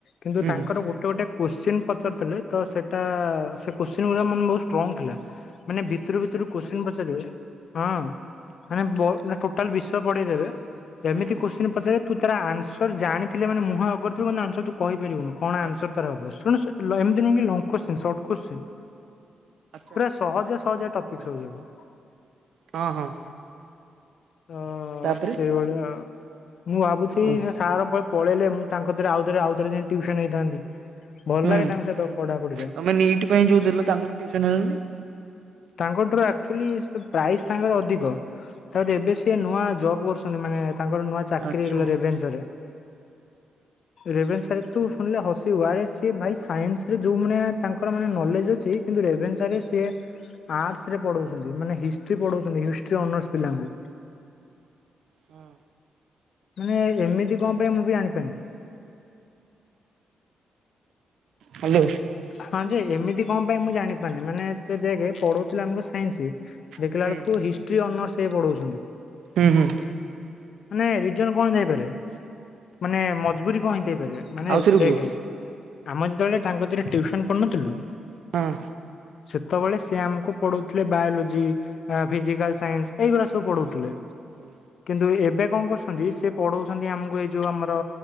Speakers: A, on the left; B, on the right.
A: କିନ୍ତୁ
B: ହୁଁ
A: ତାଙ୍କର
B: ହୁଁ
A: ଗୋଟେ ଗୋଟେ କୋଶ୍ଚିନ୍ ପଚାରୁିଥିଲେ ତ ସେଇଟା ସେ କୋଶ୍ଚିନ୍ ଗୁଡ଼ା ମନେ ବହୁତ ଷ୍ଟ୍ରଙ୍ଗ୍ ଥିଲା। ମାନେ ଭିତରୁ ଭିତରୁ କୋଶ୍ଚିନ୍ ପଚାରିବେ ହଁ ମାନେ ଟୋଟାଲ ବିଷୟ ପଢେଇଦେବେ ଏମିତି
B: ହୁଁ ହୁଁ
A: କୋଶ୍ଚିିନ ପଚାରିଲେ ତୁ ତାର ଆନ୍ସର ଜାଣିଥିଲେ ମାନେ ମୁହଁ ଅଗରଥିବ ଆନ୍ସର ତୁ କହିପାରିବୁନି। କଣ
B: ଆଚ୍ଛା
A: ଆନ୍ସର ତାର ହବ। ସେମିତି ନୁହେଁ କି ଲଙ୍ଗ କୋଚୀନ୍ ସଟ କଶ୍ଚିନ୍
B: ଆଚ୍ଛା ଆଚ୍ଛା
A: ପୁରା ସହଜିଆ ସହଜିଆ ଟପିକ ସବୁ ଯାକ,
B: ହଁ ହଁ।
A: ତ
B: ତାପରେ
A: ସେଇଭଳିଆ ମୁଁ ଭାବୁଛି
B: ଓ
A: ସେ ସାର <inaudible> ପଳେଇଲେ ମୁଁ ତାଙ୍କ ଥେରେ ଆଉଥରେ ଆଉ ଥରେ ଯାଇ ଟ୍ୟୁସନ ହେଇଥାନ୍ତି। ଭଲ
B: ହୁଁ
A: ଲାଗେ ତାଙ୍କ ସହିତ ପଢାପଢିରେ ବାକି
B: ତମେ ନିଟ୍ ଯୋଉ
A: ଏଇଥି
B: ଦେଲ
A: ପାଇଁ
B: ତାଙ୍କଠୁ ଟିଉସନ ହେଲନି?
A: ତାଙ୍କଠାରୁ ଆକ୍ଚୁଆଲି ପ୍ରାଇସ୍ ତାଙ୍କର ଅଧିକ ତାପରେ ଏବେ ସିଏ ନୂଆ ଜବ୍ କରୁ ମାନେ ତାଙ୍କର ନୂଆ ଚାକିରି
B: ଆଚ୍ଛା
A: ହେଇଗଲା ରେଭେନ୍ସାରେ ରେଭେନ୍ସାରେ ତୁ ଶୁଣିଲେ ହସିବୁ ଆରେ ସିଏ ଭାଇ ସାଇନ୍ସରେ ଯୋଉ ମାନେ ତାଙ୍କର ମାନେ ନଲେଜ ଅଛି। କିନ୍ତୁ ରେଭେନ୍ସାରେ ସିଏ ଆର୍ଟସରେ ପଢ଼ାଉଛନ୍ତି ମାନେ ହିଷ୍ଟ୍ରି ପଢ଼ାଉଛନ୍ତି ହିଷ୍ଟ୍ରି ଅନର୍ସ ପିଲାଙ୍କୁ।
B: ହୁଁ।
A: ମାନେ ଏମିତି କଣ ପାଇଁ ମୁଁ ବି ଜାଣିପାରୁନି।
B: ହାଲୋ।
A: ହଁ ଯେ ଏମିତି କଣ ପାଇଁ ମୁଁ ଜାଣିପାରୁନି ମାନେେ ଦେଖେ ପଢଉଥିଲେ ଆମକୁ ସାଇନ୍ସ ଦେଖିଲା
B: ହୁଁ
A: ବେଳକୁ ହିଷ୍ଟ୍ରି ଅନର୍ସ ସେଇ ପଢଉଛନ୍ତି।
B: ହୁଁ ହୁଁ।
A: ହୁଁ ମାନେ ରିଜନ କଣ ଥାଇପାରେ। ମାନେ ମଜବୁରି କଣ ହେଇଥେଇପାରିବ ମାନେ
B: ଆଉଥରେ
A: ଦେଖ
B: କୁହ
A: ଆମ ଯେତେବେଳେ ତାଙ୍କ ଟିଉସନ କରୁନଥିଲୁ।
B: ହଁ।
A: ସେତେବେଳେ ସେ ଆମକୁ ପଢଉଥିଲେ ବାୟୋଲୋଜି। ଫିଜିକାଲ ସାଇନ୍ସ ଏଇଗୁଡ଼ା ସବୁ ପଢଉଥିଲେ।
B: ହୁଁ
A: କିନ୍ତୁ ଏବେ କଣ କରୁଛନ୍ତି ସେ ପଢଉଛନ୍ତି ଆମକୁ ଏଇ ଯୋଉ ଆମର